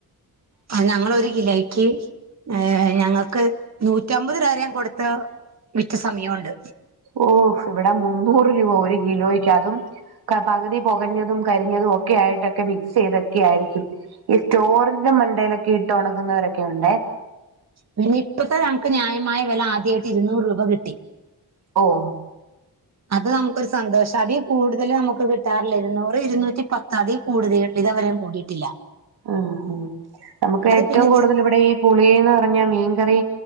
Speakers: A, on the right; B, on the right.
A: ഞങ്ങളൊരു കിലോയ്ക്ക് ഏ ഞങ്ങൾക്ക് നൂറ്റമ്പത് രൂപരയും കൊടുത്ത വിറ്റ സമയംണ്ട്,
B: ഓഹ് ഇവിടെ മുന്നൂറ് രൂപ ഒരു കിലോയ്ക്ക് അതും, പകുതി പൊകഞ്ഞതും കരിഞ്ഞതും ഒക്കെ ആയിട്ടൊക്കെ മിക്സ് ചെയ്തൊക്കെ ആയിരിക്കും, ഈ സ്റ്റോറിന്റെ മണ്ടയിലൊക്കെ ഇട്ട് ഉണങ്ങുന്നവരൊക്കെ ഉണ്ടെ,
A: പിന്നെ ഇപ്പത്തെ ഞങ്ങക്ക് ന്യായമായ വില ആദ്യമായിട്ട് ഇരുന്നൂറ് രൂപ കിട്ടി,
B: ഓഹ്,
A: അത് നമുക്കൊരു സന്തോഷം അതീ കൂടുതൽ നമുക്ക് കിട്ടാറില്ല ഇരുന്നൂറ് ഇരുന്നൂറ്റി പത്ത് അതിൽ കൂടുതലട്ട ഇതെവര കൂടിട്ട് ട്ടില്ല,
B: ആഹ് ആഹ് നമുക്ക് ഏറ്റവും
A: പിന്നെ
B: കൂടുതൽ ഇവിടെ ഈ പുളീന്ന് പറഞ്ഞ മീൻകറി